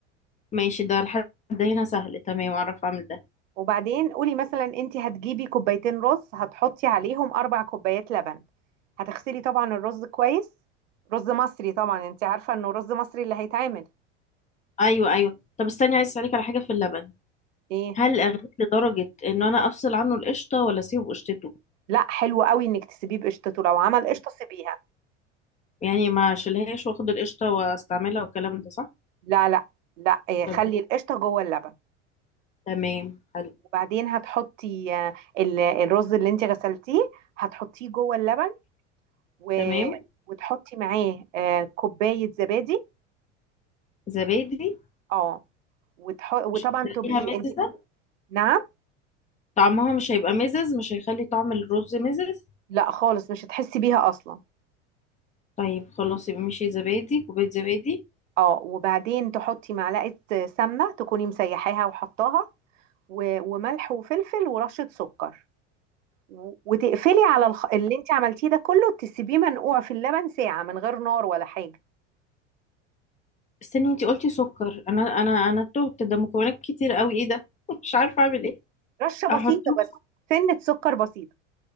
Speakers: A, on the left; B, on the right.
A: ماشي ده لحد هنا سهل تمام اعرف اعمل ده
B: وبعدين قولي مثلا انت هتجيبي كوبايتين رز هتحطي عليهم اربع كوبايات لبن هتغسلي طبعا الرز كويس رز مصري طبعا انت عارفه انه رز مصري اللي هيتعمل
A: ايوه ايوه طب استني عايز اسالك على حاجه في اللبن
B: ايه
A: هل اغليه لدرجه ان انا افصل عنه القشطه ولا اسيبه قشطته
B: لا حلو قوي انك تسيبيه بقشطته لو عمل قشطه سيبيها
A: يعني ما اشيلهاش واخد القشطه واستعملها والكلام ده صح
B: لا لا لا إيه،
A: طب
B: خلي القشطه جوه اللبن
A: تمام حلو
B: وبعدين هتحطي آه، ال- الرز اللي انت غسلتيه هتحطيه جوه اللبن و...
A: تمام
B: وتحطي معاه آه، كوباية زبادي
A: زبادي
B: اه وتح... وطبعا
A: مش هتخليها
B: تبقي
A: مززة
B: انت نعم
A: طعمها مش هيبقى مزز مش هيخلي طعم الرز مزز
B: لا خالص مش هتحسي بيها اصلا
A: طيب خلاص يبقى ماشي زبادي كوباية زبادي
B: اه وبعدين تحطي معلقة سمنة تكوني مسيحاها وحطاها و... وملح وفلفل ورشة سكر و... وتقفلي على الخ... اللي انت عملتيه ده كله تسيبيه منقوع في اللبن ساعة من غير نار ولا حاجة
A: استني انتي قلتي سكر انا انا انا تهت ده مكونات كتير قوي ايه ده <laughs> مش عارفة اعمل ايه
B: رشة بسيطة
A: احطهم
B: بس سنة سكر بسيطة